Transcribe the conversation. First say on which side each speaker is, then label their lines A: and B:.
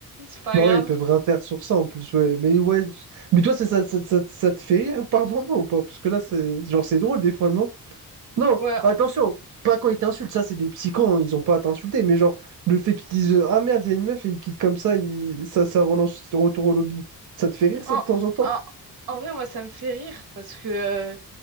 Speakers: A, on the right; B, on the right.
A: c'est pas
B: Bah
A: grave.
B: ouais, ils peuvent rien faire sur ça en plus, ouais. Mais ouais. Mais toi, ça, ça, ça, ça- ça te fait rire par moment ou pas? Parce que là, c'est genre c'est drôle des fois, non? Non,
A: Ouais,
B: attention, pas quand ils t'insultent, ça c'est des petits cons, ils ont pas à t'insulter, mais genre le fait qu'ils disent euh, Ah merde, il y a une meuf et ils quittent comme ça, il- ça, ça relance retour au lobby. Ça te fait rire
A: En,
B: ça de temps en temps?
A: en- en vrai, moi, ça me fait rire parce que, euh,